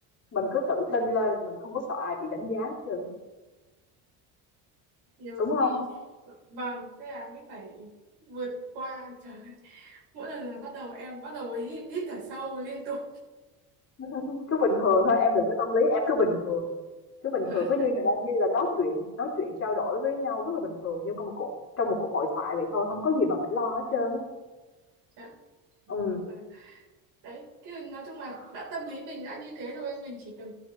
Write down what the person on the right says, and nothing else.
Ừ.
Nhiều
khi vâng, thế là mới phải vượt qua trời ơi. Mỗi lần là bắt đầu em bắt đầu hít, hít thở sâu liên tục.
<laughs>
Dạ. Vâng,
Nhưng mà đấy, cái nói chung là đã tâm lý mình đã như thế rồi mình chỉ cần